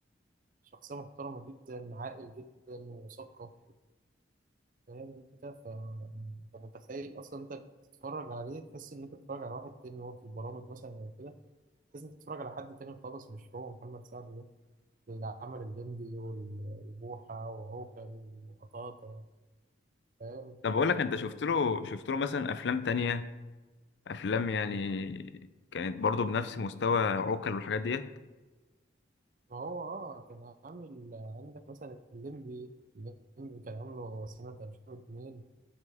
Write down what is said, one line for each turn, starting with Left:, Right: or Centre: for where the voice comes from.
Right: شخصيه محترمه جدا عاقل جدا ومثقف وفاهم انت ف انت متخيل اصلا انت بتتفرج عليه تحس ان انت بتتفرج على واحد تاني وهو في البرامج مثلا او كده، لازم تتفرج على حد تاني خالص مش هو محمد سعد ده اللي عمل الليمبي وال- وبوحة وعوكل وقطاطة فاهم
Left: طب اقول لك انت شفت له شفت له مثلا افلام تانية افلام يعني كانت برضه بنفس مستوى عوكل والحاجات ديت
Right: ما هو اه كان عامل عندك مثلا الليمبي الليمبي كان عامله سنة 2002